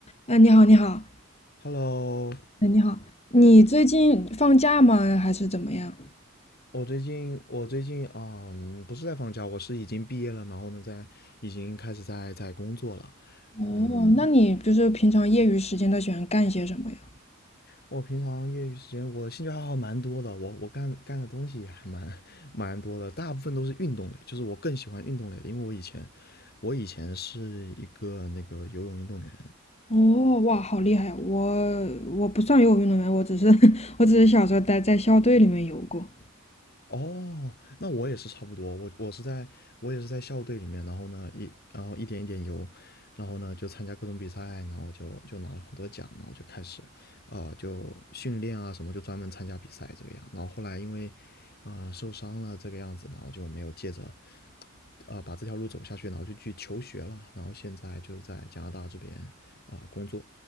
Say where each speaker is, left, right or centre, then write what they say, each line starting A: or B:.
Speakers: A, on the left (about 30°); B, on the left (about 50°).
A: 哎，你好，你好，
B: Hello，
A: 哎，你好，你最近放假吗？还是怎么样？
B: 我最近我最近嗯不是在放假，我是已经毕业了，然后呢在已经开始在在工作了。
A: 哦，
B: 嗯，
A: 那你就是平常业余时间都喜欢干些什么呀？
B: 我平常业余时间我兴趣爱好蛮多的，我我干干的东西也还蛮蛮多的，大部分都是运动类，就是我更喜欢运动类的，因为我以前我以前是一个那个游泳运动员，
A: 哦，哇，好厉害！我我不算游泳运动员，我只是 <laughs> 我只是小时候待在校队里面游过。
B: 哦，那我也是差不多，我我是在我也是在校队里面，然后呢一然后一点一点游，然后呢就参加各种比赛，然后就就拿了很多奖，然后就开始啊、呃就训练啊什么，就专门参加比赛这个样。然后后来因为啊、呃受伤了这个样子，然后就没有接着啊、呃把这条路走下去，然后就去求学了，然后现在就是在加拿大这边啊、工作。